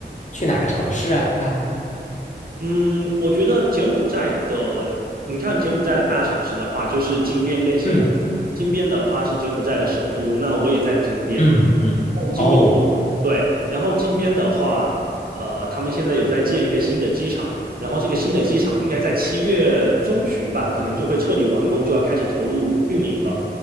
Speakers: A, on the left; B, on the right.
A: 去哪个城市啊？
B: 嗯，我觉得柬埔寨的，你看柬埔寨的大城市的话，就是金边跟暹，
A: 嗯
B: 金边的话是柬埔寨的首都，那我也在金边。
A: 嗯嗯，
B: 然后金边的，
A: 哦
B: 对，然后金边的话，呃，他们现在有在建一个新的机场，然后这个新的机场应该在七月中旬吧，可能就会彻底完工，就要开始投入运营了。